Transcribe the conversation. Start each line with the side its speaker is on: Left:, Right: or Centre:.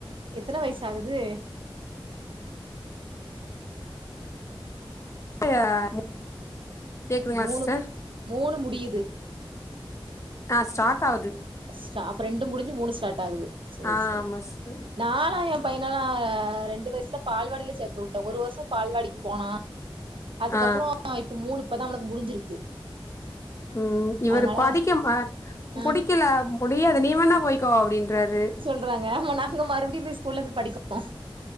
Right: எத்தனை வயசு ஆகுது
Left: <unintelligible> கேக்குதுங்களா
Right: மூணு
Left: சிஸ்டர்
Right: மூணு முடியிது
Left: ஆ ஸ்டார்ட் ஆவுது
Right: ஸ்ட்ரா அப்ப ரெண்டு முடிஞ்சு மூணு ஸ்டார்ட் ஆகுது சேரி
Left: ஆ
Right: சேரி
Left: ஆமா சிஸ்டர்
Right: நா லா என் பையனலா ரெண்டு வயசுல பால்வாடில சேத்து வுட்டே ஒரு வருஷம் பால்வாடிக்கு போனா அதுக்கப்புற
Left: ஆ
Right: இப்ப மூணு இப்பதா அவனுக்கு முடிஞ்சிருக்கு
Left: ம் இவரு
Right: அதனால
Left: படிக்க ம் அ
Right: அ
Left: புடிக்கல முடியாது நீ வேணா போய் கோ அப்டின்றாரு
Right: <unintelligible> ங்க நாங்க மறுபடியு போய் ஸ்கூல்ல போய் படிக்கனு